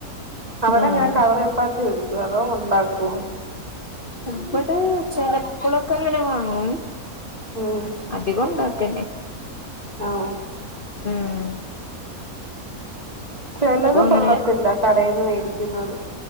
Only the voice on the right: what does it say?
അവിടെങ്ങനെ
കവർ ചപ്പാത്തി മേടിക്കോ അതോ ഉണ്ടാക്കുവോ
മ്
ആഹ്
ചെലത്
കൊള്ളത്തില്ല കടേന്ന് മേടിക്കു ക്കുന്നത്